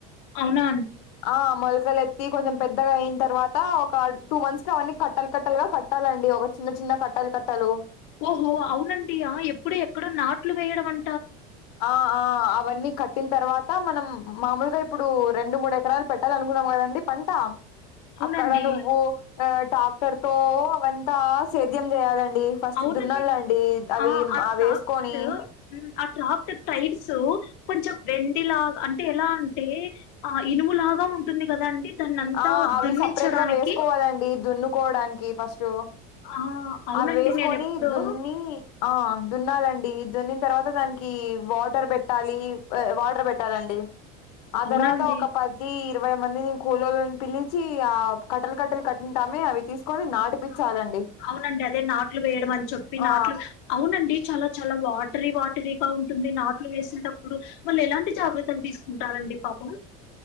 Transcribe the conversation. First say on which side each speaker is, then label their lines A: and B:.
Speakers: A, on the left; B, on the left.
A: అవునా
B: ఆ మొలకలెత్తి కొంచెం పెద్దగా అయిన తర్వాత ఒక టూ మంత్స్ కి అవన్నీ కట్టలు కట్టలుగా కట్టాలండి ఒక చిన్న చిన్న కట్టలు కట్టలు
A: ఓహో అవునండి ఆ ఎప్పుడు ఎక్కడో నాట్లు వేయడం అం
B: ఆ ఆ అవన్నీ కట్ పెట్టిన తర్వాత మనం మామూలుగా ఇప్పుడు రెండు, మూడు ఎకరాలు పెట్టాలనుకున్నాం కదండీ పంట
A: అవునండి
B: అక్కడ నువ్వు ఆ టాక్టర్ తో అవంతా సేద్యం చేయాలం డి ఫస్ట్
A: అవునండి
B: దున్నాల అండి అవి
A: ఆ ఆ
B: మా అవి
A: ట్రాక్టర్
B: వేసుకొని
A: మ్, ఆ డ్రాఫ్ట్ టైర్స్ కొంచెం వెండిలాగా అంటే ఎలా అంటే ఆ ఇనుములా బాగా ఉంటుంది కదా అండి దాన్ని అంతా
B: ఆ అవి
A: దున్నించడానికి
B: సపరేట్ గా వేసుకోవాలండి దున్నుకోవడానికి ఫస్ట్
A: ఆ అవునండి
B: అవి వేసుకొని
A: నేను ఎప్పుడో
B: దున్ని ఆ దున్నాలండి ఈ దున్నిన తర్వాత దానికి వాటర్ పెట్టాలి ఆ వాటర్ పెట్టాలండి. ఆ
A: అవునండి
B: తర్వాత ఒక పది ఇరవై మందిని కూలోలను పిలిచి ఆ కట్టలు కట్టలు కట్టింటామే అవి తీసి కొన్ని నాటిపిచ్చాలండి
A: ఆ అవునండి అదే నాట్లు వేయడం అని చెప్పి నాట్లు
B: ఆ
A: అవు నండి చాలా చాలా వాటరీ వాటరీగా ఉంటుంది నాట్లు వేసేటప్పుడు వాళ్ళు ఎలాంటి జాగ్రత్తలు తీసు కుంటారండి పాపం